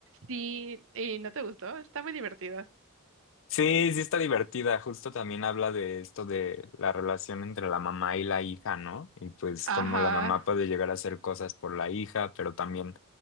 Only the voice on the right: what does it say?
Sí, y no te gustó, está muy divertida.
Ajá.